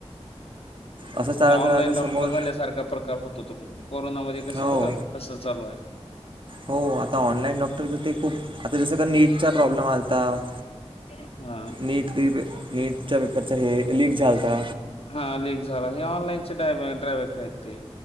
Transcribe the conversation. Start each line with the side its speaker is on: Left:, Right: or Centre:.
Right: असं चालत
Left: ते ऑनलाईन
Right: राहतं समोर
Left: डॉक्टर झाल्यासारखा प्रकार होत होतो मग. कोरोनामध्ये कसे
Right: हो
Left: होतात तसं चालू आहे.
Right: हो आता ऑनलाईन डॉक्टर ते खूप आता जस का नीटचा प्रॉब्लेम आ... हो
Left: हां,
Right: नीट नीटच्या पेपरच ही लिक झालता.
Left: हा लीक झाला हे ऑनलाईनचे ड्रॉबॅक आहेत ते.